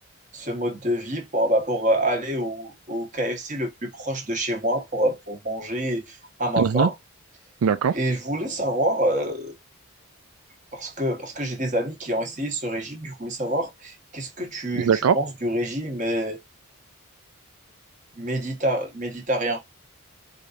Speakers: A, on the right; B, on the right.
A: ce mode de vie pour, bah, pour euh, aller au, au KFC le plus proche de chez moi pour, euh, pour manger à ma
B: mhm.
A: faim.
B: D'accord,
A: Et je voulais savoir, euh, parce que, parce que j'ai des amis qui ont essayé ce régime, je voulais savoir qu'est-ce que tu,
B: d'accord.
A: tu penses du régime euh, médita- méditerranéen?